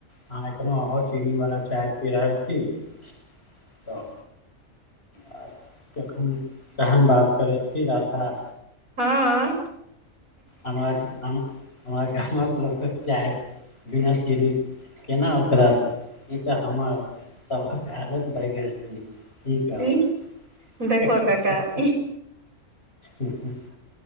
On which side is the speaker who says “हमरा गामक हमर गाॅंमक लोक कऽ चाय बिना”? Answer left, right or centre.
Left